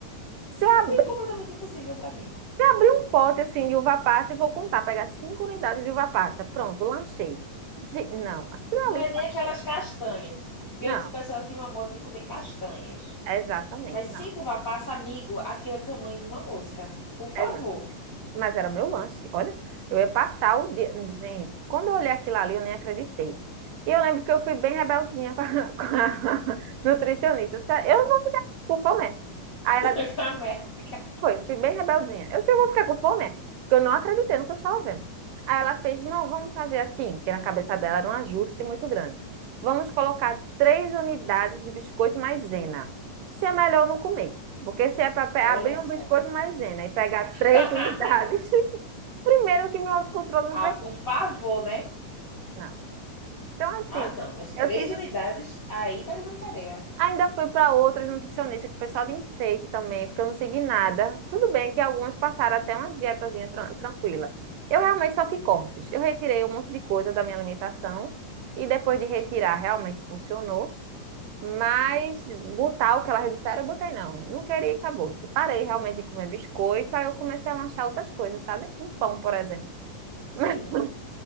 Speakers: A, on the right; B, on the left.
A: Você abrir,
B: Isso é completamente impossível pra mim.
A: abrir um pote assim de uva passa e vou contar, pegar cinco unidades de uva passa. Pronto, lanchei. Ge- Não, aquilo
B: Não
A: ali.
B: é nem aquelas castanhas. Que
A: Não,
B: antes o pessoal tinha uma moda de comer castanhas.
A: exatamente,
B: Mas
A: não,
B: cinco vapas, amigo, aquele é o tamanho de uma mosca. Por favor.
A: exato. Mas era meu lanche. Olha, eu ia passar o dia. Gente, quando eu olhei aquilo ali, eu nem acreditei. E eu lembro que eu fui bem rebeldinha com a, <laughs> com a nutricionista. Eu disse, "Ah, "Eu não vou ficar com fome.
B: <laughs>
A: aí ela
B: Camética.
A: Foi, fui bem rebeldinha. Eu sei, eu vou ficar com fome, é? Porque eu não acreditei no que eu estava vendo. Aí ela fez, não, vamos fazer assim, porque na cabeça dela era um ajuste muito grande. Vamos colocar três unidades de biscoito maisena. Se é melhor não comer, porque se é para
B: Olha
A: abrir
B: só.
A: um biscoito maisena e pegar três
B: <laughs>
A: unidades, <laughs> primeiro que meu autocontrole
B: ah,
A: não permite.
B: por favor, né?
A: Não. Então, assim,
B: Ah, não. Mas
A: eu
B: três
A: tive
B: unidades aí tá de brincadeira.
A: Ainda fui para outras nutricionistas, que o pessoal de enfeite também, porque eu não segui nada. Tudo bem que algumas passaram até umas dietazinhas tran tranquila. Eu realmente só fiz cortes. Eu retirei um monte de coisa da minha alimentação e depois de retirar realmente funcionou. Mas botar o que elas disseram, eu botei não. Não queria e acabou. Parei realmente de comer biscoito, aí eu comecei a lanchar outras coisas, sabe? Um pão, por exemplo.
B: Sim.
A: <laughs>